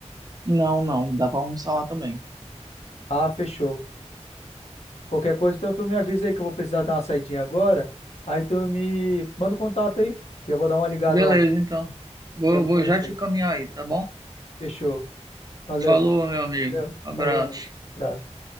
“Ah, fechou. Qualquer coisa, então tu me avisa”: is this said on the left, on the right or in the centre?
Left